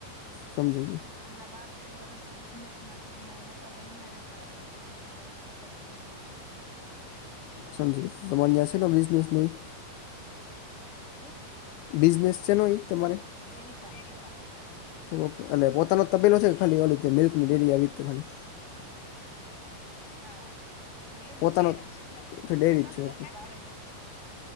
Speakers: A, on the left; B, on the right.
A: સમજી ગયો.
B: હમણાં બાર-તેર વર્ષથી બિઝનેસ માટે અહીંયા મોટા ભાઈ અહીંયા રહેતા, એટલે પછી બે ભાઈઓ ભેગા થઈ ને અહીંયા બિ જનેસ ચાલુ કર્યું.
A: સમજી ગયો. તમારે ન્યાં શેનો
B: વાહ
A: બિઝનેસ ને ઈ?
B: શું
A: બિઝનેસ શેનો ઇ તમારે <inaudible> <unintelligible>
B: ડેરી ફાર્મ છે અમારે
A: ઓકે એટલે પોતાનો તબેલો છે કે ખાલી <unintelligible> મિલ્કની ડેરી આવી રીતે ખાલી
B: હા ડેરી
A: પોતાનો
B: છે ખાલી
A: અચ્છા ડેરી
B: પોતાનો
A: જ છે ઓકે
B: નથી ભાડે છ